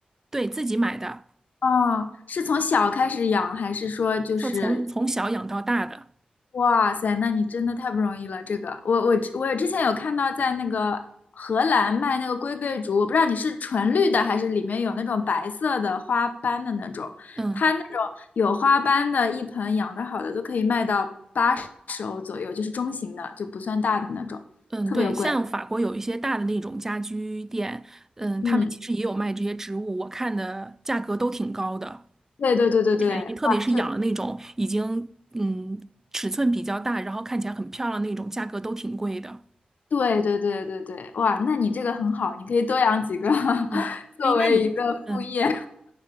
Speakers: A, on the right (about 15°); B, on the left (about 75°).
A: 对，自己买的，
B: 哦，是从小开始养，还是说就是
A: 说从从小养到大的，
B: 哇塞，那你真的太不容易了。这个，我我我之前有看到在那个荷兰卖那个龟背竹，我不知道你是纯绿的还是里面有那种白色的花斑的那种。
A: 嗯
B: 它那种有花斑的，一盆养得好的都可以卖到八十欧左右，就是中型的，就不算大的那种，
A: 嗯，
B: 特别贵。
A: 对，像法国有一些大的那种家居店，嗯，
B: 嗯，
A: 他们其实也有卖这些植物，我看的价格都挺高的，
B: 对对对对对，
A: 不便宜，特别是养了那种已经嗯尺寸比较大，
B: 哇，这
A: 然后看起来很漂亮那种，价格都挺贵的。
B: 对对对对对，哇，那你这个很好，你可以多养几个 <laughs>
A: 嗯，
B: 作为一个副业。
A: 哎，那你，嗯，